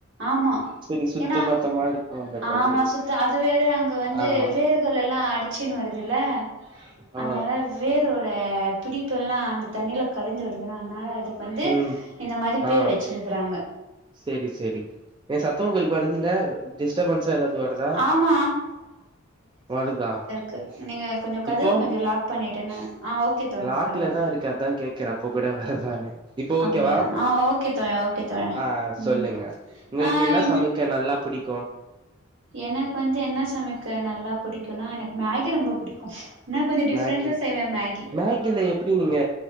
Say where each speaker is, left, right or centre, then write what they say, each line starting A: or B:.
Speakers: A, on the right; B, on the right.
A: ஆமா
B: சரி சுத்த
A: ஏன்னா
B: பத்தமா இருக்கு அந்த
A: ஆமா
B: தண்ணி
A: சுத்த அது வேற அங்க வந்து
B: ஆமா
A: வேரு கஎல்லா அடிச்சுன்னு வருதுல்ல
B: ஆ
A: அந்த வேரோட பிடிப்பெல்லா அந்த தண்ணில கலந்து வருதுல அதனால அதுக்கு வந்து
B: ம்
A: இந்த மாரி பேர்
B: ஆ
A: வச்சிருக்குறாங்க
B: சேரி சேரி எ சத்தம் உங்களுக்கு வருதுல்ல டிஸ்டபன்ஸா ஏதாவது வருதா
A: ஆமா
B: வருதா
A: கு நீங்க கொஞ்சோ கதவு
B: இப்போ
A: கொஞ்சோ லாக் பண்ணிட்டனா ஆ ஓக் கே தோழி
B: லாக்ல
A: பரவால்ல
B: தா இருக்கு அதா கேக்குறே அப்ப கூட வருதான்னு இப்போ ஓகேவா
A: அப்டியா ஆ ஓகே தோழி ஒ கேக்தாயா
B: ஆ
A: ம்
B: சொல்லுங்க உங்களுக்கு
A: ஆ
B: என்ன
A: என்து
B: சமைக்க நல்லா புடிக்கு
A: எனக்கு வந்து என்ன சமைக்க நல்லா பிடிக்குனா எனக்கு மேகி ரொம்ப புடிக்கு நா கொஞ்ச டிஃப்ரெண்ட்டா
B: மேகி
A: செய்வே மேகி
B: மேகில எப்டி நீங்க